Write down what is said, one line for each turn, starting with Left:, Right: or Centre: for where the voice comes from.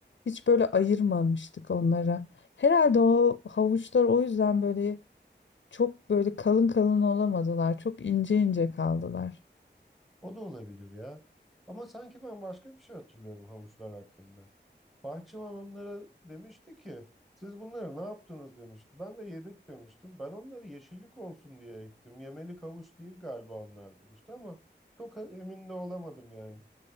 Left: hiç böyle ayırmamıştık onlara. Herhalde o havuçlar o yüzden böyle çok böyle kalın kalın olamadılar. Çok ince ince kaldılar.
Centre: O da olabilir ya. Ama sanki ben başka bir şey hatırlıyorum havuçlar hakkında. Bahçıvan onlara demişti ki siz bunları ne yaptınız demişti. Ben de yedik demiştim. Ben onları yeşillik olsun diye ektim. Yemelik havuç değil galiba onlar demişti ama çok emin de olamadım yani.